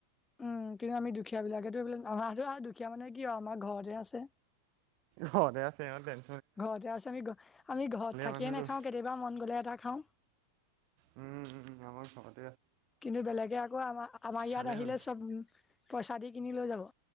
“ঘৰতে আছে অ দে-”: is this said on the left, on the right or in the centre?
Right